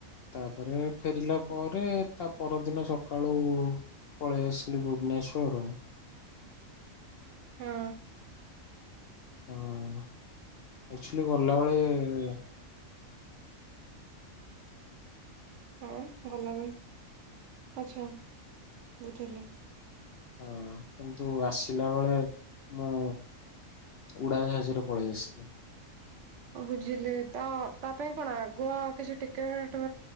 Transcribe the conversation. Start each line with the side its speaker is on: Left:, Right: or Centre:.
Left: ତାପରେ ଫେରିଲା ପରେ ତାପରଦିନ ସକାଳୁ ପଳେଇ ଆସିଲି ଭୁବନେଶ୍ୱର
Right: ହଁ।
Left: ହଁ ଆକ୍ଚୁଆଲି ଗଲାବେଳେ
Right: ହଁ ଗଲାବେଳେ ଆଛା ବୁଝିଲି।
Left: ହଁ କିନ୍ତୁ ଆସିଲା ବେଳେ ମୁଁ ଉଡ଼ା ଜାହଜରେ ପଳେଇ ଆସିଥିଲେ।
Right: ବୁଝିଲିତ ତାପାଇଁ କଣ ଆଗୁଆ କିଛି ଟିକେଟ